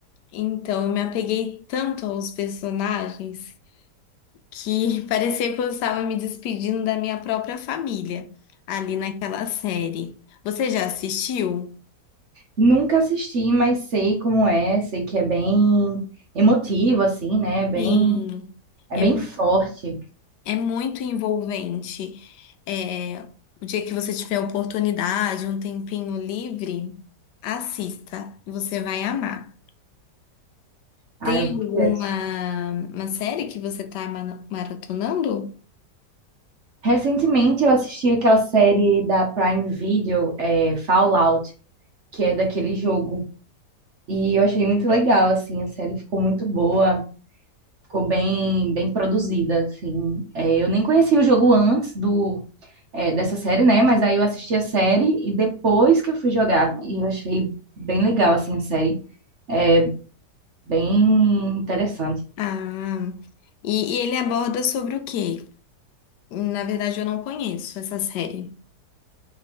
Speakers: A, on the left; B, on the right.
A: Então, eu me apeguei tanto aos personagens que <laughs> parecia que eu estava me despedindo da minha própria família ali naquela série. Você já assistiu?
B: Nunca assisti, mas sei como é. Sei que é bem emotivo, assim, né? Bem,
A: Sim,
B: é
A: é,
B: bem forte.
A: é muito envolvente. É, o dia que você tiver oportunidade, um tempinho livre, assista, você vai amar.
B: Ah,
A: Tem
B: eu vou querer
A: alguma
B: assistir.
A: uma série que você está maratonando?
B: Recentemente eu assisti aquela série da Prime Video, é, Fallout, que é daquele jogo. E eu achei muito legal, assim, a série ficou muito boa, ficou bem, bem produzida, assim. É, eu nem conhecia o jogo antes do, é, dessa série, né? Mas aí eu assisti a série e depois que eu fui jogar, e eu achei bem legal, assim, a série, É, bem interessante.
A: Ah, e, e ele aborda sobre o quê? Na verdade, eu não conheço essa série.